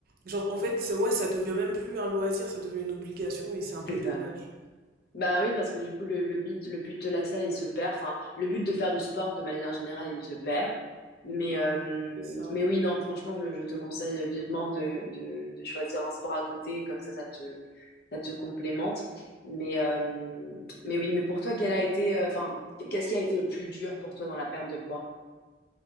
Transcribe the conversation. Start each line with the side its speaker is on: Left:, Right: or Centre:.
Right: genre, en fait, c'est- ouais, ça devient même plus un loisir, ça devient une obligation et c'est un peu
Left: c'est ça.
Right: dommage.
Left: Bah oui, parce que du coup, le, le but, le but de la salle, il se perd. Enfin, le but de faire du sport de manière générale, il se perd. Mais, euh,
Right: C'est ça.
Left: mais oui, non, franchement, je, je te conseille vivement de, de, de choisir un sport à côté, comme ça, ça te, ça te complémente. Mais, euh, mais oui, mais pour toi, quel a été, euh, enfin, qu'est-ce qui a été le plus dur pour toi dans la perte de poids?